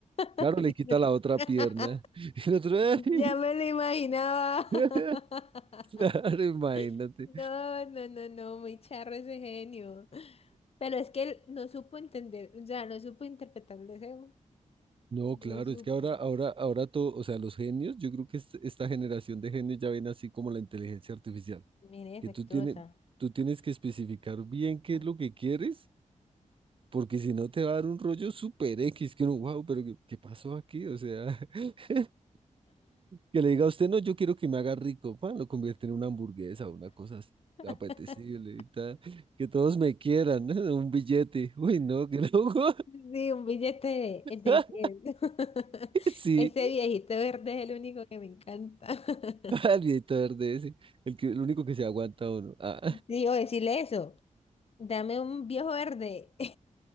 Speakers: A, on the left (about 50°); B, on the right (about 45°).
A: <laughs>
B: Claro,
A: Ay,
B: le quita
A: no.
B: la otra
A: <laughs>
B: pierna. <laughs> Y el otro, "Ay".
A: Ya me lo imaginaba. <laughs>
B: <laughs> Claro, imagínate.
A: No, no, no, no, muy charro ese genio. Pero es que él no supo entender, o sea, no supo interpretar el deseo.
B: No, claro,
A: No supo.
B: es que ahora, ahora, ahora todo, o sea, los genios, yo creo que es- esta generación de genios ya ven así como la inteligencia artificial,
A: Mire, defectuosa.
B: que tú tienes, tú tienes que especificar bien qué
A: Ay.
B: es lo que quieres, porque si no te va a dar un rollo super X, que uno, wow, pero ¿qué, qué pasó aquí? O sea, <laughs> Que le diga a usted, no, yo quiero que me haga rico, pa lo convierte en una hamburguesa, una cosa así,
A: <laughs>
B: apetecible y tal, que todos me quieran, ¿no? <laughs> Un billete, uy, no, que loco,
A: Sí, un billete
B: <laughs>
A: de, de 100. <laughs>
B: sí,
A: Ese viejito verde es el único que me encanta. <laughs>
B: al viejito verde ese, el que, el único que se aguanta uno, ah,
A: Sí, o decirle eso. Dame un viejo verde.